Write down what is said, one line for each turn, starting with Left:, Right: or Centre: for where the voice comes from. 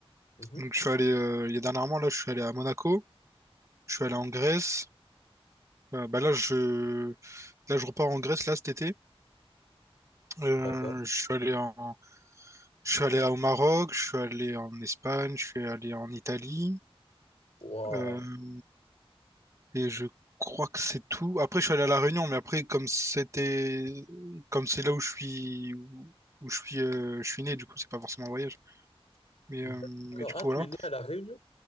Left: Mhm.
Right: Donc, je suis allé, euh, il y a dernièrement, là, je suis allé à Monaco. Je suis allé en Grèce. Euh, bah, là, je, là, je repars en Grèce, là, cet été. Euh,
Left: D'accord.
Right: je suis allé en, je suis allé au Maroc. Je suis allé en Espagne. Je suis allé en Italie.
Left: Waouh.
Right: Euh, et je crois que c'est tout. Après, je suis allé à La Réunion, mais après, comme c'était, comme c'est là où je suis, où je suis, euh, je suis né, du coup, c'est pas forcément un voyage. Mais,
Left: D'accord.
Right: euh, mais du coup,
Left: Ah, tu
Right: voilà.
Left: es né à La Réunion?